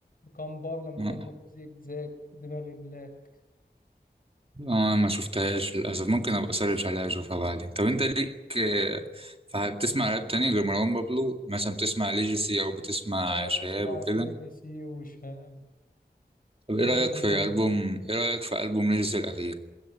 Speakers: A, on the left (about 55°); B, on the right (about 35°).
A: كان بار لما
B: اه
A: كان بيقول زيج زاج دماغي بلاك
B: آه، ما شفتهاش للأسف ممكن أبقى أسرش عليها أشوفها بعدين طب أنت ليك آه، فه- بتسمع راب تاني غير مروان بابلو مثلا بتسمع ليجيسي أو بتسمع
A: اه
B: شهاب
A: بسمع
B: وكده
A: ليجاسي وشهاب
B: طب إيه
A: الناس
B: رأيك
A: دي
B: في
A: جامدة
B: ألبوم إيه رأيك في ألبوم ليجيسي الأخير